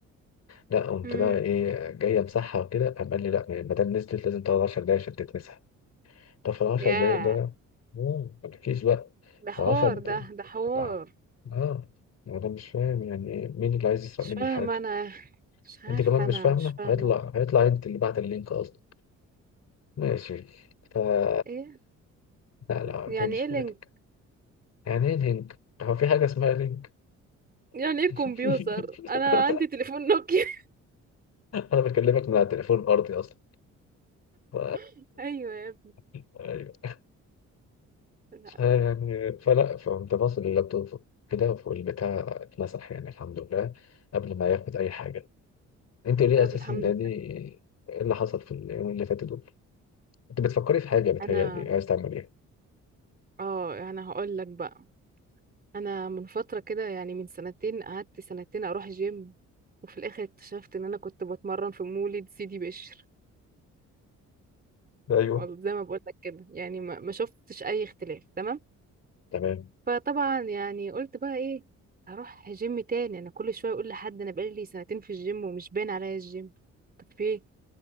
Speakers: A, on the left; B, on the right.
A: لا قمت
B: امم
A: بقى إيه جاي أمسحها وكده قام قال لي لا ما دام نزلت لازم تقعد 10 دقايق عشان تتمسح طب في ال 10
B: يا
A: دقايق ده مم، ما تحكيش بقى
B: ده
A: 10
B: حوار ده ده حوار
A: لا آه أنا مش فاهم يعني إيه، مين اللي عايز يسرق
B: مش
A: مني
B: فاهمه
A: الحاجة
B: انا مش عارفه
A: انت كمان مش
B: انا
A: فاهمه
B: مش فاهمه
A: هيطلع هيطلع انت اللي بعت اللينك اصلا ماشي ف <laughs>
B: ايه
A: لا لا
B: يعني
A: ما تاخدش في
B: ايه لينك
A: بالك يعني ايه لينك هو في حاجه اسمها لينك
B: يعني ايه
A: <laughs>
B: كمبيوتر انا عندي تليفون نوكيا
A: انا بكلمك من على التليفون الارضي اصلا ف...
B: <laughs> ايوه يا ابني
A: <laughs> ايوه
B: لا،
A: يعني فلا فقمت باصل اللابتوب كده والبتاع اتمسح يعني الحمد لله قبل ما ياخد اي حاجه انت ليه
B: طب
A: اساسا
B: الحمد
A: ده دي
B: لله
A: ايه اللي حصل في اليومين اللي فاتوا دول انت بتفكري في حاجه بتهيألي
B: انا
A: عايز تعمل ايه
B: اه انا هقول لك بقى انا من فتره كده يعني من سنتين قعدت سنتين اروح جيم وفي الاخر اكتشفت ان انا كنت بتمرن في مولد سيدي بشر
A: ايوه
B: والله زي ما بقول لك كده يعني ما ما شفتش اي اختلاف تمام
A: تمام
B: فطبعا يعني قلت بقى ايه هروح جيم تاني انا كل شويه اقول لحد انا بقالي سنتين في الجيم ومش باين عليا الجيم طب فين